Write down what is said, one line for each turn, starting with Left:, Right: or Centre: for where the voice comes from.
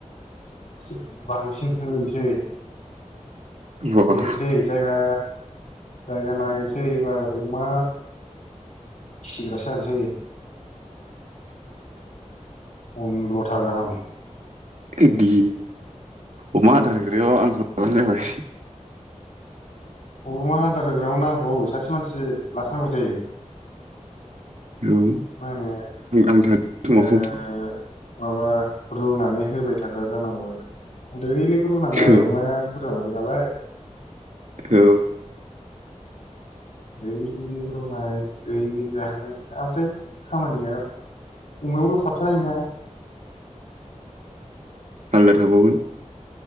Left: एसे बांसिन होनोसै
Right: ओमफ्राय
Left: बेरायहैसै जायगा जायगा नागिरनोसै एबार अमा फिसिग्रासो जानोसै। पनद्रथा गाहाम।
Right: बिदि अमा आदार होग्रायाव आंखौ लाबानो जाबाय।
Left: अमा आदार होग्रायाव नांगौ सासे मानसि लाखानांगौ जायो।
Right: औ
Left: मा होनो
Right: आं था <unintelligible>
Left: ओ माबा रुनानै होबाय थाग्रा जानांगौ आरो देइलि रुनांगोन आरो
Right: औ
Left: अमाया बुरजा <unintelligible>
Right: औ।
Left: देइलि रुनाय दैइलि जाहोनाय ओमफ्राय खामानिया अमायावल थाबथानाय नङा।
Right: आलादा थाबावगोन।